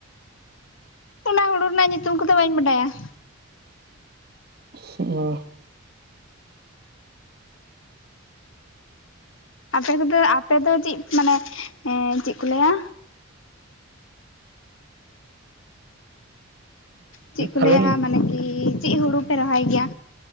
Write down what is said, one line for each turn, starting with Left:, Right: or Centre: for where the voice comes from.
Left: ᱚᱱᱟ ᱦᱩᱲᱩ ᱨᱮᱱᱟᱜ ᱧᱩᱛᱩᱢ ᱠᱚᱫᱚ ᱵᱟᱹᱧ ᱵᱟᱰᱟᱭᱟ ᱾
Right: ᱚ ᱾
Left: ᱟᱯᱮ ᱠᱚᱫᱚ ᱟᱯᱮ ᱫᱚ ᱪᱮᱫ ᱢᱟᱱᱮ ᱪᱮᱫ ᱠᱚ ᱞᱟᱹᱭᱟ? ᱪᱮᱫ ᱠᱚ
Right: ᱟᱞᱮ
Left: ᱞᱟᱹᱭᱟ ᱢᱟᱱᱮ ᱠᱤ ᱪᱮᱫ ᱦᱩᱲᱩ ᱯᱮ ᱨᱚᱦᱚᱭ ᱜᱮᱭᱟ?